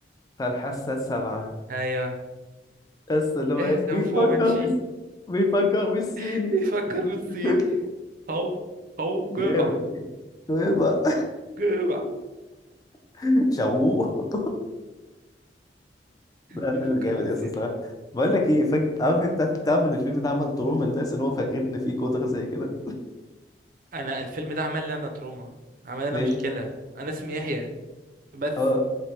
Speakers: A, on the left; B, on the right.
A: بتاع الحاسه السابعه
B: ايوه
A: بس اللي هو
B: اهزم
A: ايه بيفكر
B: فومنشي
A: بس بيفكر بالصيني
B: <laughs> بيفكر
A: <laughs>
B: بالصيني هو هو جبع
A: جامد ايه بقى
B: جبع
A: <laughs> شوق لا
B: بيفكر
A: فيلم جامد
B: بالصيني
A: يا اسطى الصراحه بقول لك ايه فج... عارف انت تعرف ان الفيلم ده عمل تروما للناس اللي هو فاكرين ان فيه قدره زي كده
B: انا الفيلم ده عمل لي انا تروما عمل لي انا
A: ليه
B: مشكله انا اسمي يحيى بس
A: اه